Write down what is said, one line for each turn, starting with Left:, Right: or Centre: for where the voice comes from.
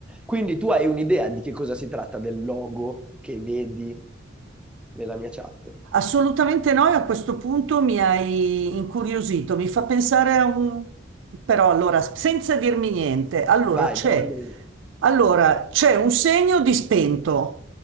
Centre: Quindi tu hai un'idea di che cosa si tratta del logo che vedi nella mia chat?
Right: Assolutamente no, e a questo punto mi hai incuriosito, mi fa pensare a un... però allora, senza dirmi niente, allora
Centre: Vai,
Right: c'è
Centre: prova a indovinare.
Right: allora, c'è un segno di spento